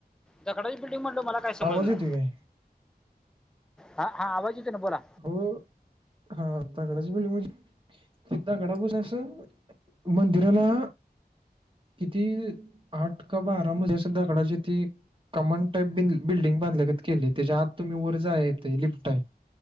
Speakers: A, in the centre; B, on the right.
A: दगडाची बिल्डिंग म्हणाल्यावर मला काय समजलं
B: आवाज
A: नाय.
B: येतोय काय
A: हा, हा आवाज येतो ना बोला.
B: हो, हा आता <unintelligible> <unintelligible> मंदिराला किती आठ का बारा मजले असल दगडाची ती कमान टाईप बि बिल्डिंग बांधल्यागत केले. त्याच्या आत तुम्ही वर जाया येतंय, लिफ्ट हाय.